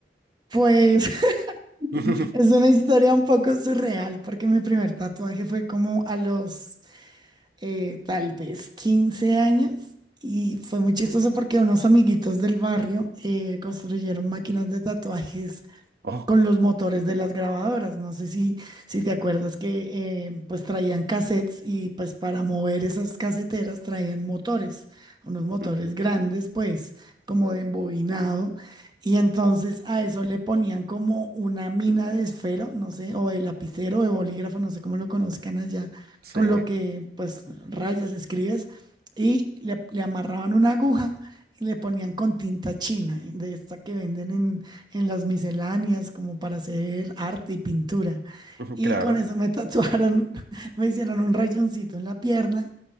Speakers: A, on the right; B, on the right.
A: Pues
B: <laughs>
A: <laughs> es una historia un poco surreal porque mi primer tatuaje fue como a los eh, tal vez quince años y fue muy chistoso porque unos amiguitos del barrio eh, construyeron máquinas de tatuajes
B: Oh,
A: con los motores de las grabadoras. No sé si, si te acuerdas que eh, pues traían cassettes y pues para mover esas caseteras traían motores, unos motores
B: ujú.
A: grandes pues como de embobinado. Y entonces a eso le ponían como una mina de esfero, no sé, o de lapicero, de bolígrafo, no sé cómo lo conozcan allá,
B: Sí,
A: con lo
B: <laughs>
A: que pues rayas, escribes, y le, le amarraban una aguja y le ponían con tinta china, de esta que venden en, en las misceláneas como para hacer arte y pintura. Y
B: claro,
A: con eso me tatuaron, <laughs> me hicieron un rayoncito en la pierna,